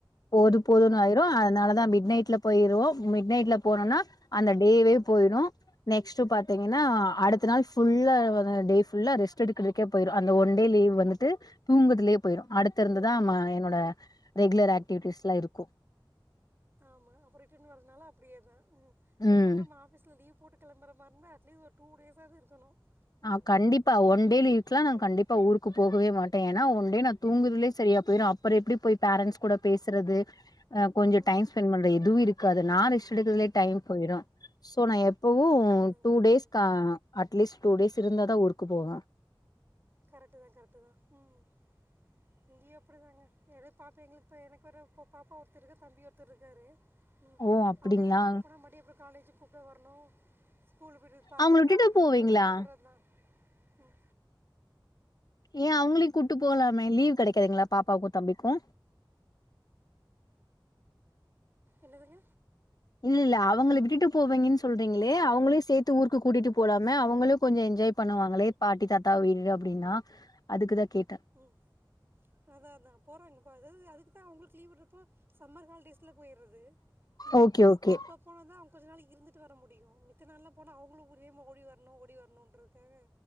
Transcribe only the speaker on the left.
போது போதுன்னு ஆயிரு அதனாலதா மிட் நைட்ல போயிருவோ மிட்நைட்ல போனனா அந்த டேவே போய்டு ‌ஸ்ட்டு பாத்தீங்கன்னா அடுத்த நாள் ஸ் ஃபுல்லா வன டேஃபுல்லா ரெஸ்ட் எடுக்கிறதுக்கே போயிரு அந்த ஒன் டே லீவ் வந்துட்டு தூங்குதுலியே போயிரு அடுத்த இருந்துதா மா என்னோட ரெகுலர் ஆக் டிடிஸ்லா இருக்கு
ம்
ஆ கண்டிப்பா ஒன் டே லிவ்க்லா நா
கண்டிப்பா ஊருக்கு போகவேமாட் டேனா ஒன் டே நா தூங்குறதிலே சரியா போயிரு அப் ப்புறோ எப்பிடி போய் பேரண்ஸ் கூட பேசுறது ஆ கொஞ்சோ
டைம் ஸ்பெண்ட் பண்ற இதுவு இருக் காது நா ரெஸ் எடுக்கதுலே டைம் போயிரு சோ நா எப் பவு
டூ
டேஸ்கா
அட்லீஸ்ட் டூ டேஸ் இருந்தா தா ஊருக்கு போவ
ஓ அப்டிங்களா
அவங்கள விட்டுட்டு
போவீங்களா
ஏ அவுங்ளயு கூட்டு போலாமே லீவ் கெடைக்கதுங்ளா பாப்பாக்கு தம்பிக்கு
இல்லெல்ல அவுங்கள விட்டுட்டு போவிங்கன் சொல்றீங்களே அவுங்களயு சேத்து ஊருக்கு கூட்டிட்டு போலாமே அவுங்களு கொஞ்ச என்ஜாய் பண்ணுவாங்களே பாட்டி தாத்தா வீடு அப்டின்னா அதுக்குதா கேட்
ஓகே ஓகே